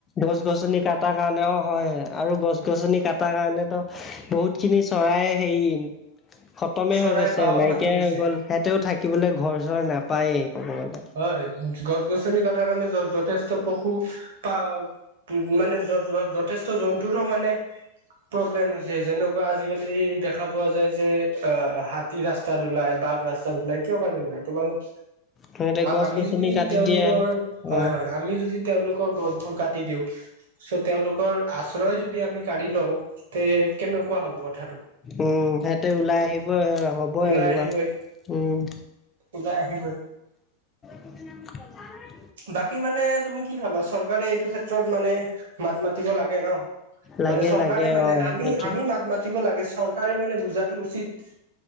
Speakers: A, on the left; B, on the right.
A: গছ গছনি কাটা কাৰণেও অ হয় আৰু গছ গছনি কটাৰ কাৰণেতো বহুত খিনি চৰাই হেৰি খতমে
B: চৰাইৰ
A: হৈ গৈছে
B: বাও
A: নাইকিয়াই
B: ভাঙি গৈছে
A: হৈ গল সিহঁতেও থাকিবলৈ ঘৰ চৰ নাপায়েই ক'ব গ'লে।
B: হয় গছ গছনি কটাৰ কাৰণে যথেষ্ট পশু পা মানে যথেষ্ট জন্তুৰো মানে প্ৰব্লেম হৈছে যেনে যেনেকুৱা আজিকালি দেখা পোৱা যায় যে অ হাতী ৰাস্তাত উলাই বাঘ ৰাস্তা উলাই কিহৰ কাৰণে উলাই তোমালোক
A: সিহঁতে গছ
B: আমি
A: গছনি
B: যদি
A: কাটি
B: তেওঁলোকৰ
A: দিয়ে
B: হয়
A: অ
B: হয় আমি যদি তেওঁলোকৰ গছবোৰ কাটি দিওঁ চ' তেওঁলোকৰ আশ্ৰয় যদি আমি কাঢ়ি লও তে কেনেকুৱা হব কথাটো
A: উম সিহঁতে ওলাই
B: ত
A: আহিব হ'ব
B: ওলাই
A: এনেকুৱা
B: আহিবই
A: উম
B: ওলাই আহিবই
A: <unintelligible>
B: বাকী মানে তুমি কি ভাবা চৰকাৰে এইটো ক্ষেত্ৰত মানে মাত মাতিব লাগে ন
A: লাগে
B: মানে চৰকাৰে
A: লাগে
B: মানে
A: অ
B: আমি
A: সেইটো
B: আমি মাত মাতিব লাগে চৰকাৰে মানে বুজাটো উচিত